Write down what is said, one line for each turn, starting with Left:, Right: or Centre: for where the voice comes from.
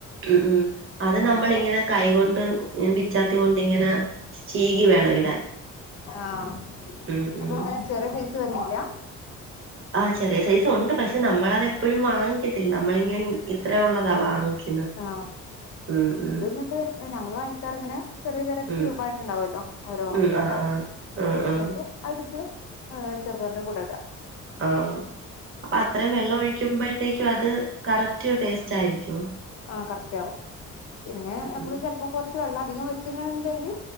Right: ഉം ഉം അത് നമ്മള്
Left: ആഹ്
Right: ഇങ്ങനെ കൈകൊണ്ട് വിച്ചാത്തി കൊണ്ട് ഇങ്ങനെ ചീകി വേണം ഇടാൻ
Left: ആഹ്
Right: ഉം
Left: അപ്പൊങ്ങനെ
Right: ഉം
Left: ചെറിയ സൈസ് വര്ണില്ലാ
Right: ആഹ് ചെറിയ സൈസുണ്ട് പക്ഷെ നമ്മളതെപ്പഴും വാങ്ങിക്കത്തില്ല നമ്മളിങ്ങനെ ഇത്ര ഉള്ളതാ വാങ്ങിക്ക
Left: ആഹ്
Right: ഉം ഉം
Left: അത് വന്നിട്ട് ഞങ്ങൾ വാങ്ങിക്കാറ്ങ്ങനെ ചെറിയ ചെറിയ
Right: ഉം
Left: ക്യൂപായിട്ട്ണ്ടാവുല്ലോ ഓരോ
Right: ഉം
Left: കട്ട
Right: ആഹ് ആഹ് ആഹ് ആഹ്
Left: എന്നിട്ട് അട്ത്ത് ഏ ചെറുപയറിന്റെ കൂടെ ഇട
Right: ആഹ് അപ്പൊ അത്രേം വെള്ളം ഒഴിക്കുമ്പഴത്തേക്കും അത് കറക്റ്റ് ടേസ്റ്റായിരിക്കോ
Left: ആഹ് കറക്റ്റാവും പിന്നേ ഞമ്മള്
Right: ഉം
Left: ചെലപ്പം കൊറച്ച് വെള്ളം അധികം വെച്ച്ണ്ടെങ്കിൽ